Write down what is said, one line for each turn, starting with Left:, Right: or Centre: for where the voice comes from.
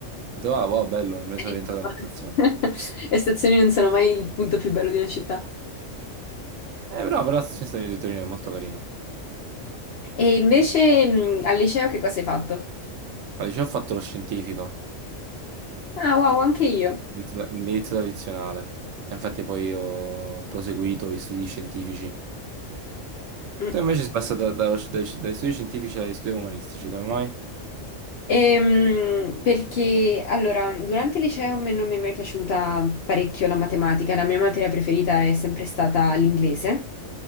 Right: detto, ah, wow, bello, e me ne
Left: Eh,
Right: sono rientrato nella stazione.
Left: <laughs> Le stazioni non sono mai il punto più bello di una città.
Right: Eh, però, però la stazione di Torino è molto carina.
Left: E invece mm, al liceo che cosa hai fatto?
Right: Al liceo ho fatto lo scientifico,
Left: Ah, wow, anche io.
Right: indirizzo indirizzo tradizionale. E infatti poi ho proseguito gli studi scientifici.
Left: Mm.
Right: Tu invece sei passato da- da- dai, dai studi scientifici agli studi umanistici, come mai?
Left: Ehm, perché allora, durante il liceo a me non mi è mai piaciuta parecchio la matematica, la mia materia preferita è sempre stata l'inglese,